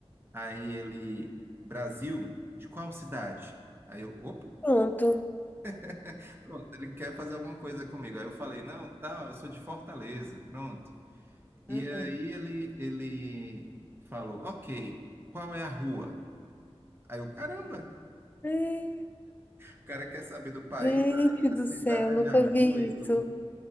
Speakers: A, on the right; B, on the left.
A: Aí ele: Brasil? De qual cidade? Aí eu: opa,
B: pronto.
A: <laughs> pronto, ele quer fazer alguma coisa comigo. Aí eu falei: não, tá, eu sou de Fortaleza, pronto. E
B: Aham.
A: aí ele, ele falou: ok, qual é a rua? Aí eu: caramba.
B: É,
A: O cara quer saber do país,
B: gente
A: a
B: do
A: a cidade,
B: céu, nunca
A: a rua
B: vi
A: e
B: isso.
A: tudo.